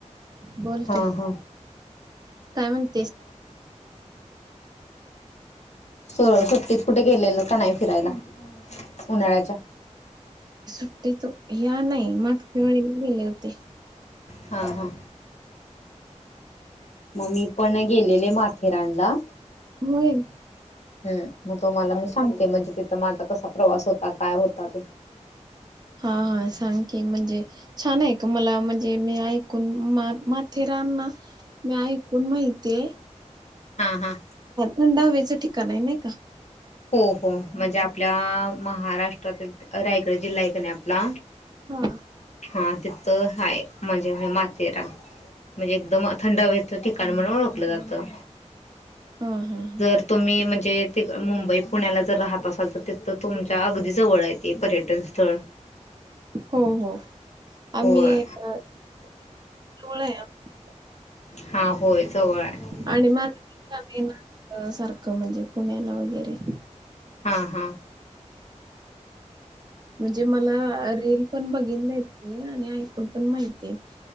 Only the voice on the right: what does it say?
बोल
कीं
काय म्हणतेस?
सुट्टी तू या्या नाही मागच्यावेळी गेले होते.
भुवीन.
हा हा सांग की म्हणजे छान आहे का मला म्हणजे मी ऐकून मा माथेरान ह मी ऐकून माहिती आहे.
थंड हवेचं ठिकाण आहे नाही का!
हा
हा हा हा.
हो हो आम्ही..
<unintelligible>
आणि माझ येणार सारखं म्हणजे पुण्याला वगैरे
म्हणजे मला रील. पण बघ देत आणि ऐकून पण माहिती